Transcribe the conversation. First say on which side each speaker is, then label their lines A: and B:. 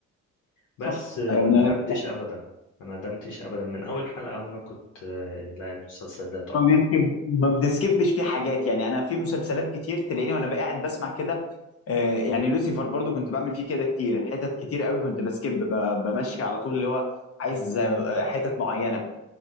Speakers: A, on the left; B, on the left.
A: بس
B: صح
A: آه،
B: يعني
A: ما ندمتش ابدا ما ندمتش ابدا من اول حلقة وانا كنت آه، لا المسلسل ده تحفة
B: ما بنسكب ما بنسكبش فيه حاجات يعني انا في مسلسلات كتير تلاقيني وانا قاعد بسمع كده آه، يعني لوسيفر برضو كنت بعمل فيه كده كتير حتت كتير قوي كنت بسكب ب- بمشي على طول اللي هو عايز آه، حتت معينه